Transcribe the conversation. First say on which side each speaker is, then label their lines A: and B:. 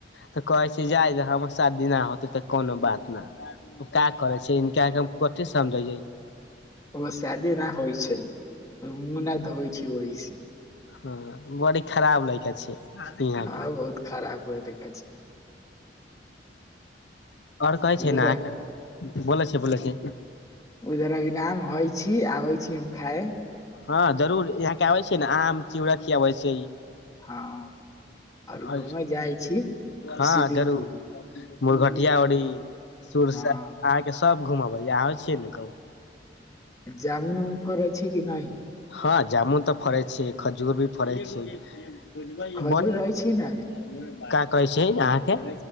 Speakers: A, on the left; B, on the left.
A: तऽ कहै छै जाय हमर शादी नहि होतै तऽ कोनो बात नहि का करे छै इनका के कते समझैय
B: ओ सादि न होइ छै उ न धोयछै होइ ओहि से
A: ह बड़ी खराब लइका छै यहाँ
B: हँ बहुत खराब ओइ देखै छै <unintelligible>
A: आओर कहै
B: उधर
A: छै न अआहाँ बोलै छै बोलै छै
B: उधर इनाम हय छी आबै छी हम खाय
A: हँ जरूर यहाँ के आबे छै ने आम चिउरा खियाबै छीये
B: हँ आओर घूमे
A: और
B: जाइ छी
A: हँ
B: स्विमिंग
A: जरूर
B: पुल मे
A: मुरघटिया वौरी सुरस
B: हँ
A: अहाँ के सब घुमबे अहं छीयै ने कहू
B: जामुन उमफर छै कि नही
A: हँ जामुन तऽ फड़ै छै खजूर भी फड़ै छै बुझबाई
B: खजूर
A: आहाँ
B: होइ छी न
A: क कहै छै अहाँके